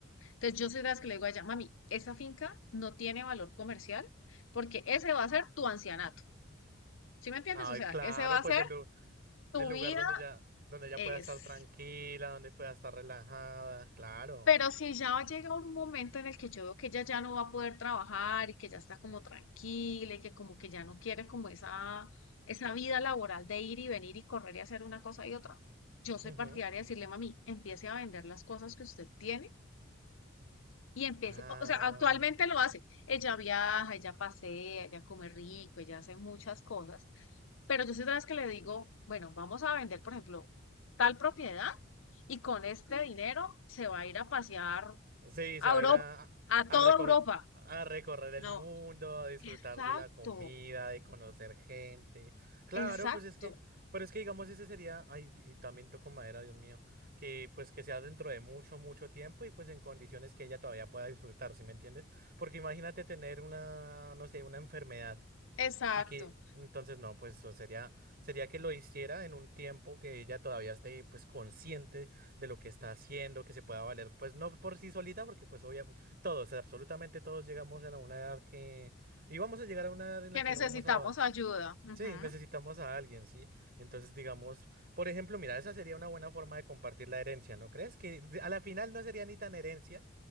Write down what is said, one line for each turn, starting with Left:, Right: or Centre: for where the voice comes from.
Left: Entonces, yo soy de las que le digo a ella, mami, esa finca no tiene valor comercial porque ese va a ser tu ancianato. ¿Sí me entiendes?
Right: Ay,
Left: O sea,
Right: claro,
Left: ese va a
Right: pues
Left: ser
Right: el, lu-
Left: tu
Right: El lugar
Left: vida
Right: donde ya, donde ya
Left: es.
Right: pueda estar tranquila, donde pueda estar relajada, claro.
Left: Pero si ya llega un momento en el que yo veo que ella ya no va a poder trabajar y que ya está como tranquila y que como que ya no quiere como esa, esa vida laboral de ir y venir y correr y hacer una cosa y otra, yo soy
Right: Ujú.
Left: partidaria de decirle, mami, empiece a vender las cosas que usted tiene y empiece,
Right: Ah,
Left: o o sea, actualmente lo hace. Ella viaja, ella pasea, ella come rico, ella hace muchas cosas, pero yo soy de las que le digo, bueno, vamos a vender, por ejemplo, tal propiedad y con este dinero se va a ir a pasear
Right: sí,
Left: a
Right: se va
Left: Europa,
Right: a ir a,
Left: a
Right: a,
Left: toda
Right: recoger,
Left: Europa.
Right: a recorrer el
Left: No,
Right: mundo, a disfrutar
Left: exacto,
Right: de la comida, de conocer gente. Claro,
Left: exacto,
Right: pues es que, pero es que digamos, ese sería, ay, y también toco madera, Dios mío, que pues que sea dentro de mucho, mucho tiempo y pues en condiciones que ella todavía pueda disfrutar, ¿sí me entiendes? Porque imagínate tener una, no sé, una enfermedad.
Left: exacto.
Right: Y que entonces no, pues o sería, sería que lo hiciera en un tiempo que ella todavía esté pues consciente de lo que está haciendo, que se pueda valer, pues no por sí solita, porque pues obviamente todos, absolutamente todos llegamos a una edad que, y vamos a llegar a una edad en
Left: Que
Right: la que
Left: necesitamos
Right: no vamos a,
Left: ayuda. Ujú,
Right: Sí, necesitamos a alguien, ¿sí? Entonces, digamos, por ejemplo, mira, esa sería una buena forma de compartir la herencia, ¿no crees? Que de- a la final no sería ni tan herencia,